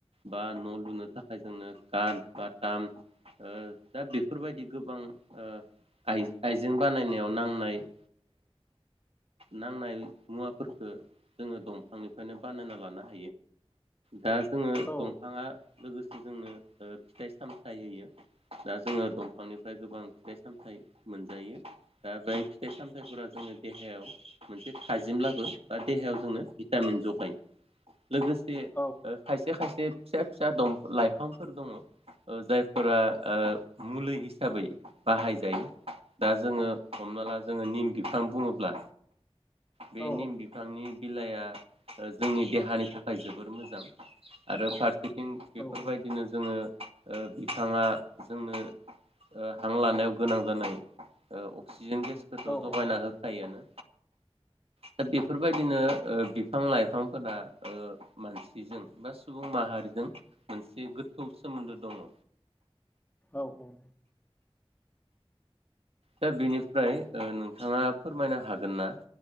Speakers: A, on the right; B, on the left.
A: बा न' लुनो थाखाय जोंनो काट बाथाम ओ दा बेफोरबायदि गोबां ओ आय-आयजें बानायनायाव नांनाय ओ नांनाय मुवाफोरखौ जोङो दंफांनिफ्रायनो बानायना लानो हायो। दा जोङो
B: औ
A: दंफाङा लोगोसे जोंनो ओ फिथाइ सामथायाइ होयो दा जोङो दंफांनिफ्राय गोबां फिथाइ सामथाइ मोनजायो दा बे फिथाइ सामथाइफोरा जोंनो देहायाव मोनसे थाजिमब्लाबो बा देहायाव जोंनो भिटामिन जगायो। लोगोसे
B: औ
A: खायसे खायसे फिसा फिसा दं लाइफ। बिफांफोर दङ जायफोरा ओ मुलि हिसाबै बाहाय जायो दा जोंङो हमना ला जोङो निम। बिफां बुङोब्ला। बे
B: औ
A: निम बिफांनि। बिलायआ जोंनि देहा। देहानि थाखाय जोबोर मोजां आरो फा ओं बेफोरबायदिनो
B: औ
A: जोङो। बिफाङा जोंनो हां लानायाव गोनां जानाय अक्सि अक्सिजेन गेसखौथ'
B: औ
A: जगायना होखायोआनो। दा बेफोरबायदिनो ओ बिफां लाइफांफोरा। ओ मानसिजों बा सुबुं माहारिजों मोनसे गोथौ सोमोन्दो दङ।
B: औ औ।
A: दा बेनिफ्राय नोंथाङा फोरमायनो हागोन ना